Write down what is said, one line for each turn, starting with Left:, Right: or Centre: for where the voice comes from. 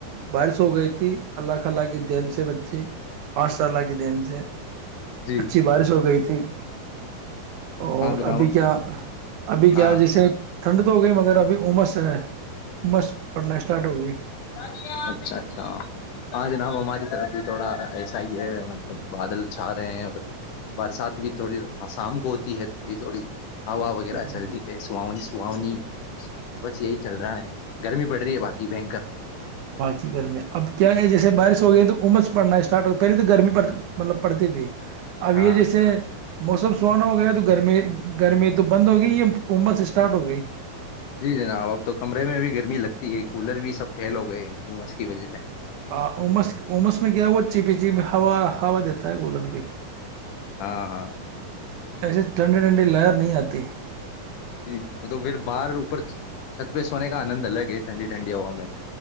Right: بارش ہو گئی تھی اللہ خلہ کی دین سے بچے پانچ اللہ کی دین سے
Left: جی
Right: اچھی بارش ہو گئی ایک اور
Left: ہاں جناب
Right: ابھی کیا ابھی
Left: ہاں
Right: کیا جیسے ٹھنڈ ہو گئی مگر ابھی عمس ہے امس پڑھنا اسٹارٹ ہو گئی
Left: اچھا اچھا ہاں جناب ہماری طرف بھی تھوڑا ایسا ہی ہے مطلب بادل چھا رہے ہیں برسات بھی تھوڑی آسام کو ہوتی ہے تھوڑی تھوڑی ہوا وغیرہ
Right: ہاں
Left: چلتی ہے سانی سہاونی بس یہی چل رہا ہے گرمی پڑ رہی ہے باقی بکر
Right: باقی گرمییاں اب کیا ہے جیسے بارش ہو گئی تو عمس پڑنا اسٹارٹ ہو گیا پہلے تو گرمی پڑ مطلب پڑتی تھی اب
Left: ہاں
Right: یہ جیسے موسم سہانا ہو گیا تو گرمی گرمی تو بند ہو گئی یا عمس اسٹارٹ ہو گئی
Left: جی جناب اب تو کمرے میں بھی گرمی لگتی ہے کولر بھی سب فل ہو گئے گس کی وجہ سے
Right: ہاں امس امس میں گیا وہ چی پی چی میں ہوا دیتا تا ہے گولر پہ
Left: ہاں ہاں
Right: ایسے ٹھنڈی ٹھنڈی لائر نہیں آتی
Left: جی وہ تو پھر باہر اوپر چھت پہ سونے کا آنند الگ ہے ٹھنڈی ٹھنڈی ہوا میں